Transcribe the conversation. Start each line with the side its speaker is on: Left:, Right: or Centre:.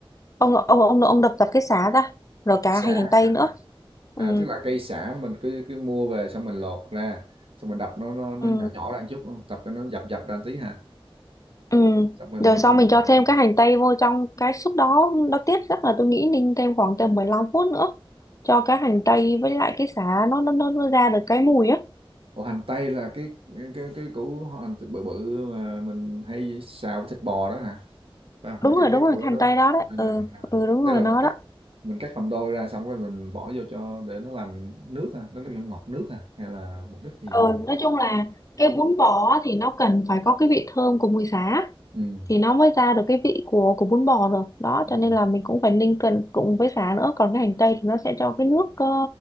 Left: Ông ông ông ông đập dập cái sả ra rồi cả
Right: Sả
Left: hành hành tây
Right: à,
Left: nữa.
Right: à,
Left: Ừ,
Right: tức là cây sả mình cứ cứ mua về xong mình lột ra xong mình đập nó nó nó
Left: ừ.
Right: nhỏ nhỏ ra một chút đúng không? Tập cho nó dập dập ra một tí ha.
Left: Ừ.
Right: Xong mình
Left: Rồi
Right: mới
Left: sau mình
Right: bỏ
Left: cho thêm
Right: vô.
Left: cái hành tây vô trong cái súp đó nó tiết chắc là tôi nghĩ ninh thêm khoảng tầm 15 phút nữa cho cái hành tây với lại cái sả nó nó nó, nó ra được cái mùi á
Right: Ủa, hành tây là cái cái cái củ hành t- bự bự mà mình hay xào với thịt bò đó hả? Phải không? Phải
Left: đúng
Right: cái
Left: rồi
Right: cái
Left: đúng rồi
Right: củ
Left: cái
Right: đó
Left: hành
Right: đúng
Left: tây
Right: không?
Left: đó đấy ừ
Right: À, à.
Left: ừ đúng
Right: Tức
Left: rồi
Right: là
Left: nó
Right: mình cắt
Left: đó
Right: mình cắt làm đôi ra xong rồi mình bỏ vô cho để nó làm nước à, nó là ngọt nước à hay là mục đích gì
Left: ừ
Right: nhỉ?
Left: nói chung là cái bún bò á thì nó cần phải có cái vị thơm của mùi sả
Right: Ừ.
Left: thì nó mới ra được cái vị của của bún bò rồi đó
Right: ừ.
Left: cho nên là mình cũng phải ninh cần cùng với sả nữa còn cái hành tây thì nó sẽ cho cái nước ờ,